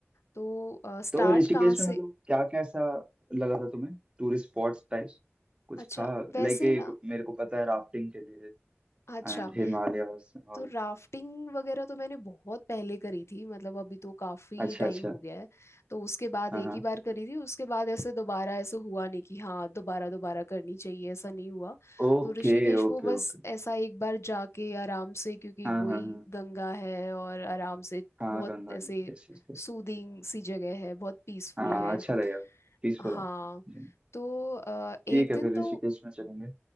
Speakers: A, on the left (about 75°); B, on the right (about 25°).
A: तो स्टार्ट
B: तो ऋषिकेश
A: कहाँ
B: में
A: से
B: मतलब क्या कैसा लगा था तुम्हें टूरिस्ट स्पॉट्स टाइप्स कुछ
A: अच्छा
B: था
A: वैसे
B: लाइक एक
A: ना
B: मेरे को पता है राफ्टिंग के लिए
A: अच्छा
B: एंड हिमालयस ऑल
A: तो राफ्टिंग वगैरह तो मैंने बहुत पहले करी थी मतलब अभी तो काफी
B: अच्छा
A: टाइम
B: अच्छा
A: हो गया है तो उसके बाद
B: हाँ
A: एक
B: हाँ
A: ही बार करी थी उसके बाद ऐसे दोबारा ऐसे हुआ नहीं कि हाँ दोबारा दोबारा करनी चाहिए ऐसा नहीं हुआ
B: Okay
A: तो ऋषिकेश
B: okay
A: वो बस
B: okay
A: ऐसा एक बार जाके आराम से क्योंकि
B: हाँ
A: वही
B: हाँ हाँ
A: गंगा है और आराम से
B: हाँ
A: बहुत
B: गंगा
A: ऐसे
B: है, यस यस यस
A: सूदिंग सी जगह है बहुत पीसफुल
B: हाँ
A: है
B: अच्छा लगेगा पीसफुल
A: हाँ
B: है जी।
A: तो अ, एक
B: ठीक है
A: दिन
B: फिर
A: तो
B: ऋषिकेश में चलेंगे